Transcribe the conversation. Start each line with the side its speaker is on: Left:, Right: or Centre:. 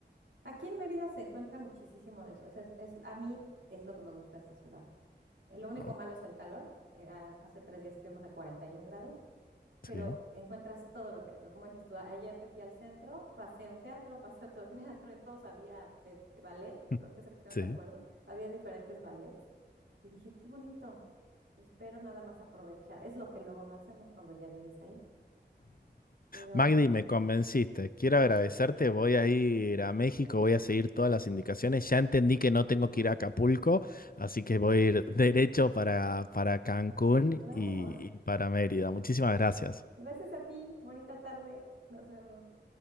Right: Aquí en Mérida se encuentra muchísimo de eso. o sea, es, es- a mí es lo que me gusta de esta ciudad. Eh, Lo único
Left: Oh,
Right: malo es el calor. eh, a- hace tres días estuvimos a 41 grados, pero
Left: Sí.
Right: encuentras todo lo que, como dices tú, a- ayer que fui al centro, pasé un teatro, <laughs> pasé otro teatro, en todos había eh, eh, ballet,
Left: <laughs>
Right: creo que se pusieron
Left: Sí.
Right: de acuerdo, había diferentes ballets y dije, qué bonito, espero nada más aprovechar. Es lo que luego no hacemos cuando ya vives ahí. Pero
Left: Magdi,
Right: bueno,
Left: me convenciste. Quiero agradecerte. Voy a ir a México, voy a seguir todas las indicaciones. Ya entendí que no tengo que ir a Acapulco, así que voy a ir derecho para, para Cancún
Right: claro,
Left: y
Right: <laughs>
Left: y para Mérida. Muchísimas gracias.
Right: gracias a ti, bonita tarde, nos vemos.